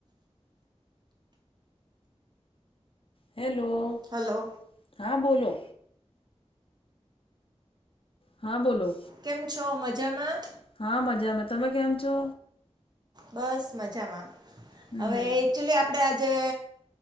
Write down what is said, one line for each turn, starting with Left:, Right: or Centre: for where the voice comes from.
Left: હેલો!
Right: હલો!
Left: હા બોલો? હા બોલો?
Right: કેમ છો મજામાં?
Left: હા મજામે તમે કેમ છો?
Right: બસ મજામાં
Left: હમ
Right: હવે એકચુલી આપડે આજે